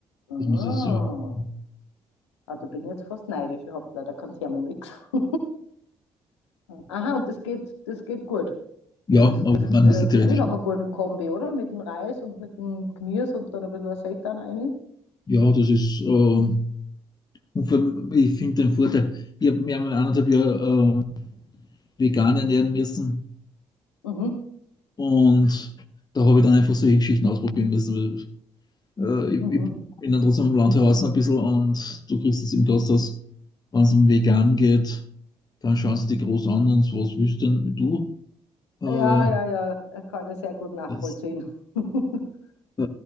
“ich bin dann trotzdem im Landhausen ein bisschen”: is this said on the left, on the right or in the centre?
Left